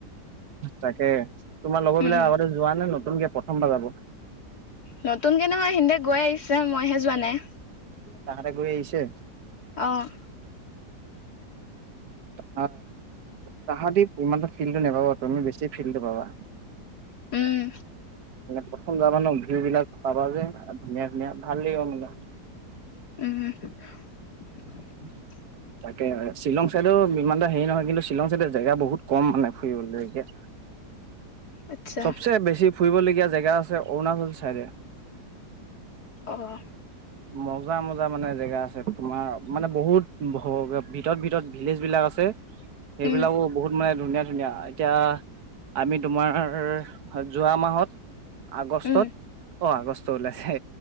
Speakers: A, on the right; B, on the left.
A: তাকে তোমাৰ লগৰবিলাক
B: উম,
A: আগতে যোৱা নে নতুনকে প্ৰথমবাৰ যাব।
B: নতুনকে নহয় সিহঁতে গৈ আহিছে মইহে যোৱা নাই।
A: তাহতে গৈ আহিছে।
B: আহ।
A: তাহা তাহাঁতি ইমান ফিল্টো নাপাবা তুমি বেছি ফিল্ডটো পাবা
B: উম,
A: প্ৰথম যাবান ন ভিউ বিলাক পাবা যে ধুনীয়া ধুনীয়া ভাল লাগিব মানে
B: উম
A: তাকে শ্বিলং চাইডো ইমান এটা হেৰি নহয় কিন্তু শ্বিলং চাইডৰ জেগা বহুত কম মানে ফুৰিবলৈ কয়া
B: আচ্ছা
A: চবচে বেছি ফুৰিবলগীয়া জেগা আছে অৰুণাচল চাইডে
B: আহ
A: মজা মজা মানে জেগা আছে তোমাৰ মানে বহুত ভিতৰত ভিতৰত ভিলেজ বিলাক আছে সেইবিলাকো
B: উম,
A: বহুত মানে ধুনীয়া ধুনীয়া এতিয়া আমি তোমাৰ যোৱা মাহত আগষ্টত
B: উম,
A: অ' আগষ্ট ওলাইছে